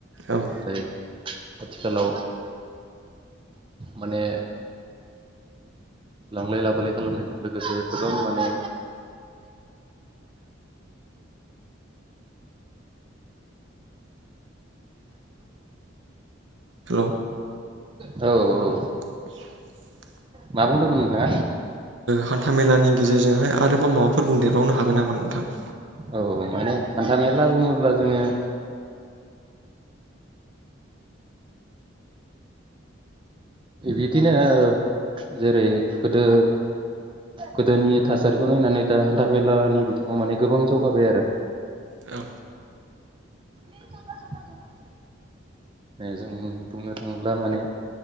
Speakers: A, on the right; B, on the right.
A: औ
B: नाथाय। आथिखालाव। माने लांलाय लाबोलाय खालामनायजों लोगोसे गोबां माने। <inaudible>
A: हेलौ
B: द <inaudible> औ औ।
A: <inaudible>
B: मा बुंदोंमोन नोंथाङा?
A: हान्थाामेलानि गेजेरजोंहाय आरोबाव माबाफोर बुंदेरबावनो हागोन नामा नोंथां?
B: औ माने हान्था मेला बुङोब्ला जोङो। बिदिनो जेरै गोदो गोदोनि थासारिखौ नायनानै दा हान्थामेलानि बिथिङाव माने गोबां जौगाबाय आरो।
A: औ।
B: म दफ जफ <inaudible> जों बुंनो थाङोब्ला माने